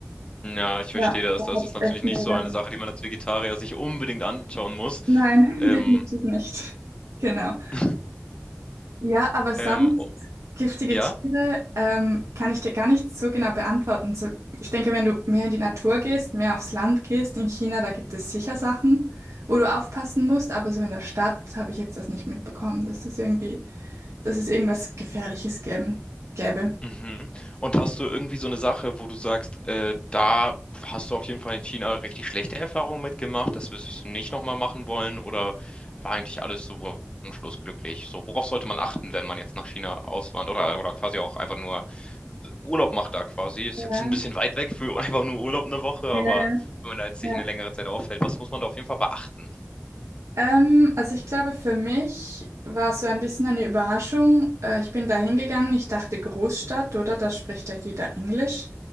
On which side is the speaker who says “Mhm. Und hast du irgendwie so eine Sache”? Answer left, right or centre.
Left